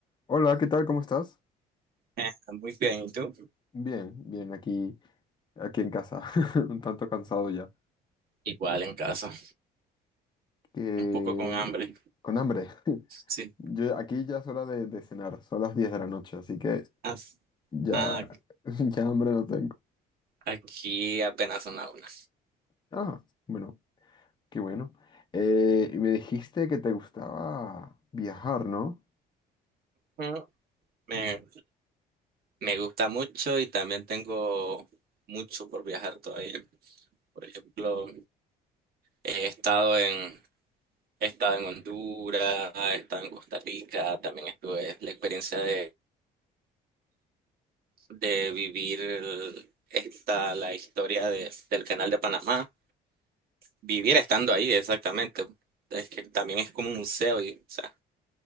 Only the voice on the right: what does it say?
Eh, Muy bien, ¿y tú?
Igual en casa,
un poco con hambre.
Sí.
Ah,
ah,
aquí apenas son las una.
Mm, Me, me gusta mucho y también tengo mucho por viajar todavía. Por ejemplo, he estado en, he estado en Honduras, he estado en Costa Rica, también estuve la experiencia de, de vivir el- esta, la historia de- del canal de Panamá. vivir estando ahí, exactamente. Es que también es como un museo y, o sea,